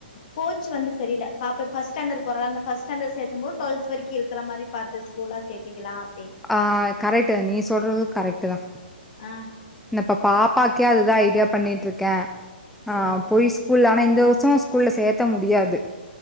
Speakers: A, on the left (about 50°); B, in the centre.
A: கோச் வந்து சரியில்ல பாப்பா இப் ஃபஸ்ட் ஸ்டாண்டர்டு போறாலா அந்த ஃபஸ்ட் ஸ்டாண்டர்டு சேத்தும் போது டுவெல்த் வரைக்கு இருக்கிற மாரி பாத்து ஸ்கூலா சேத்திக்கலா அப்டின்னு
B: ஆ கரெக்ட்டு நீ சொல்றது கரெக்ட்டு தா
A: ஆ
B: நா இப்ப பாப்பாக்கே அதுதா ஐடியா பண்ணிட்ருக்கே ஆ
A: ஓ
B: பொய் ஸ்கூல்ல ஆனா இந்த வருஷோ ஸ்கூல்ல சேத்த முடியாது